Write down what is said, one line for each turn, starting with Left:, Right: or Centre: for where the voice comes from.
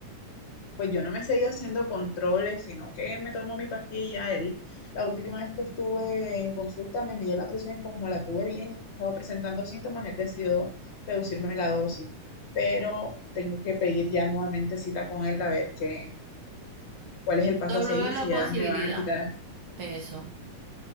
Left: pues yo no me he seguido haciendo controles, sino que me tomo mi pastilla. Él, la última vez que estuve en consulta, me midió la presión y como la tuve bien y no estaba presentando síntomas, él decidió reducirme la dosis. Pero tengo que pedir ya nuevamente cita con él a ver qué, cuál
Right: Yo
Left: es el paso
Right: te hablo
Left: a seguir,
Right: de la
Left: si ya
Right: posibilidad.
Left: me van a quitar.
Right: Eso,